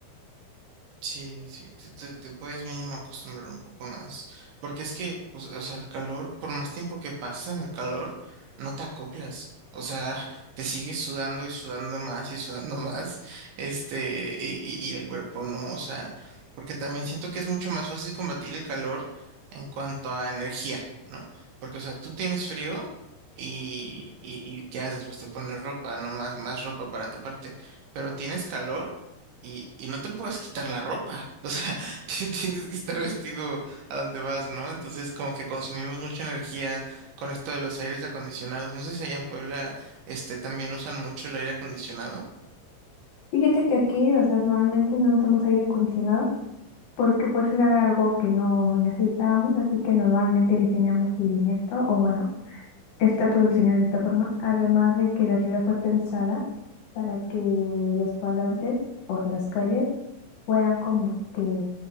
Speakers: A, on the right; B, on the left.
A: Sí, sí, te, te- te puedes mínimo acostumbrar un poco más, porque es que, o, se- o sea, el calor, por más tiempo que pasas en el calor, no te acoplas, o sea, <laughs> te sigues sudando y sudando más y sudando <laughs> más, este, y, y- y el cuerpo no, o sea, porque también siento que es mucho más fácil combatir el calor en cuanto a energía, ¿no? Porque, o sea, tú tienes frío y, y, y ¿qué haces? Pues te pones ropa, no más, más ropa para taparte, pero tienes calor y, y no te puedes quitar la ropa, o sea, <laughs> ti- tienes que estar vestido a donde vas, ¿no? Entonces como que consumimos mucha energía con esto de los aires acondicionados. No sé si allá en Puebla, este, también usan mucho el aire acondicionado.
B: Fíjate que aquí, o sea, normalmente no usamos aire acondicionado porque pues era algo que no necesitábamos, así que normalmente diseñamos sin esto, o bueno, Estatus diseñados de esta forma, además de que la ciudad fue pensada para que los cuadrantes, o sea, las calles, fueran como que,